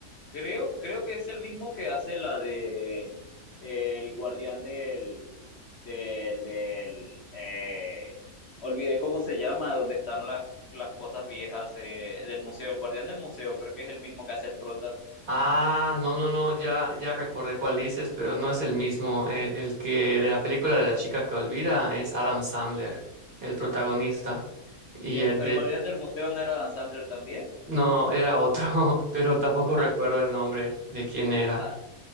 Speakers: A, on the left; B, on the right.
A: creo, creo que es el mismo que hace la de eh, el guardián del, del, del eh, olvidé cómo se llama, donde están las, las cosas viejas eh, del museo, el guardián del museo, creo que es el mismo que hace el prota.
B: Ah, no, no, no, ya, ya recordé cuál dices, pero no es el mismo. El, el que de la película de la chica que olvida es Adam Sandler, el protagonista. Y
A: ¿Y el,
B: el
A: el
B: de...
A: guardián del museo no era Dan Sandler también?
B: No, era otro, <laughs> pero tampoco
A: Ah,
B: recuerdo
A: no,
B: el nombre de quién era.
A: ah,